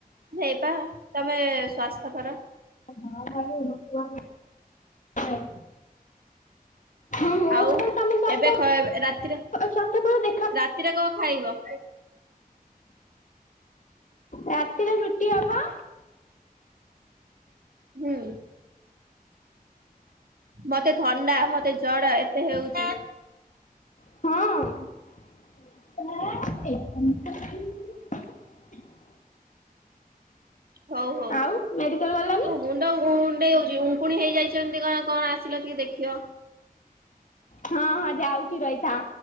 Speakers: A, on the right; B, on the left.
A: ହେଇପା ତମେ ସ୍ଵାର୍ଥପର।
B: <unintelligible> ହଁ ମୁଁ
A: ଆଉ
B: ତମେ
A: ଏବେ ଘରେ ରାତିରେ
B: ସତପା ଦେଖା
A: ରାତିରେ କଅଁ ଖାଇବ?
B: ରାତିରେ ରୁଟି ହବ।
A: ହୁଁ। ମତେ ଥଣ୍ଡା ମତେ ଜର ଏତେ ହେଉଚି
B: ହଁ <inaudible>
A: ହୋଉ ହୋଉ।
B: ଆଉ ମେଡିକାଲ ଗଲନି
A: ମୁଣ୍ଡ କୁଣ୍ଡେଇ ହୋଉଚି ଉଙ୍କୁଣି ହେଇଯାଇଚନ୍ତି କଣ କଣ ଆସିଲ ଟିକେ ଦେଖିବ।
B: ହଁ ହଁ ଯାଉଚି ରହିଥା।